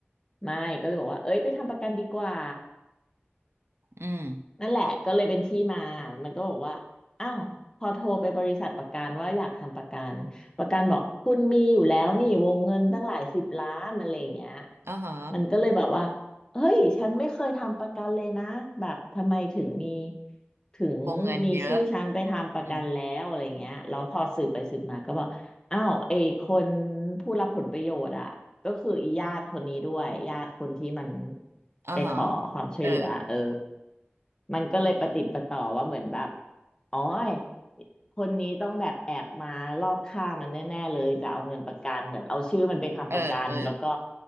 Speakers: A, on the left (about 15°); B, on the right (about 80°).
A: ไม่ก็เลยบอกว่าเอ้ยไปทำประกันดีกว่า
B: อืม
A: นั่นแหละก็เลยเป็นที่มามันก็บอกว่าอ้าวพอโทรไปบริษัทประกันว่าอยากทำประกันประกันบอกคุณมีอยู่แล้วนี่วงเงินตั้งหลายสิบล้านอะไรอย่างเงี้ย
B: อ่าฮะ
A: มันก็เลยแบบว่าเฮ้ยฉันไม่เคยทำประกันเลยนะแบบทำไมถึงมีถึงมีชื่อฉันไปทำประกันแล้วอะไรเงี้ยแล้วพอสืบไปสืบมาก็บอกอ้าวไอ้คน
B: วงเงินเยอะอืม
A: ผู้รับผลประโยชน์อะ ก็คืออีญาติคนนี้ด้วยญาติคนที่มัน
B: อ่าฮะ
A: ไปขอความช่วยเหลือเออ
B: เออ
A: มันก็เลยประติดประต่อว่าเหมือนแบบอ๋อยคนนี้ต้องแบบแอบมารอบฆ่ามันแน่ๆเลยจะเอาเงินประกันเหมือนเอาชื่อมันไปทำประกันแล้วก็
B: เออเออ